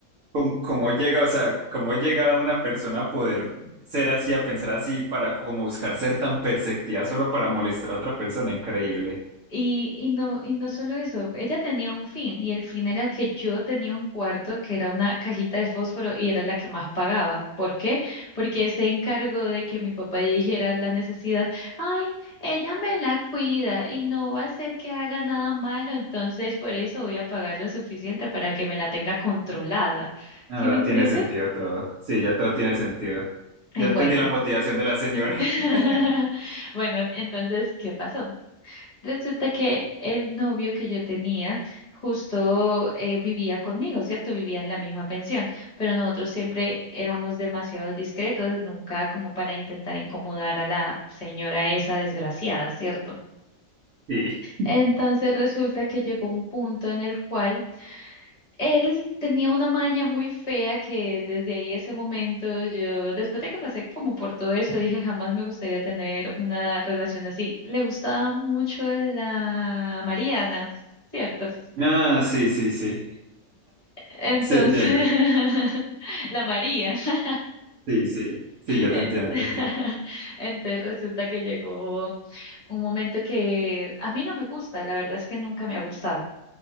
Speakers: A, on the right; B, on the left.
A: cómo, cómo llega, o sea, cómo llega una persona a poder ser así, a pensar así, para como buscar ser tan perceptiva solo para molestar a otra persona. Increíble.
B: Y, y no, y no solo eso, ella tenía un fin, y el fin era que yo tenía un cuarto que era una cajita de fósforo y era la que más pagaba. ¿Por qué? Porque se encargó de que mi papá dijera la necesidad, ay, ella me la cuida y no va a hacer que haga nada malo, entonces por eso voy a pagar lo suficiente para que me la tenga controlada.
A: Ahora
B: ¿Sí me entiendes?
A: tiene sentido todo. Sí, ya todo tiene sentido. Ya
B: Eh,
A: entendí
B: Bueno.
A: la motivación de la señora.
B: <laughs>
A: <laughs>
B: Bueno, entonces, ¿qué pasó? Resulta que el novio que yo tenía justo eh, vivía conmigo, ¿cierto? Vivía en la misma pensión, pero nosotros siempre éramos demasiado discretos, nunca como para intentar incomodar a la señora esa desgraciada, ¿cierto?
A: Sí.
B: Entonces resulta que llegó un punto en el cual él tenía una maña muy fea que desde ahí ese momento yo, después de que pasé como por todo eso, dije jamás me gustaría tener una relación así. Le gustaba mucho la Mariana, ¿cierto?
A: Ah, sí, sí, sí.
B: Entonces,
A: Sí, entiendo.
B: <laughs> la María. <laughs>
A: Sí, sí. Sí, ya
B: Eh,
A: te entiendo,
B: <laughs>
A: te entiendo.
B: Entonces resulta que llegó un momento que a mí no me gusta, la verdad es que nunca me ha gustado.